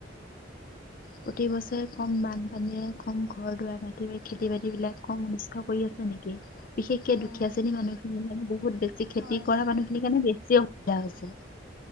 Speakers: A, on the left; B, on the left.
A: প্ৰতি বছৰে কম বানপানীয়ে কম ঘৰ দুৱাৰ মাটি খেতি বাতি বিলাক কম অনিষ্ট কৰি আছে হয় নেকি বিশেষকে
B: হয়
A: দুখীয়া
B: অ
A: শ্ৰেণী মানুহখিনিৰ কাৰণে বহুত বেছি খেতি
B: হয়
A: কৰা মানুহখিনিৰ কাৰণে বেছি অসুবিধা হৈছে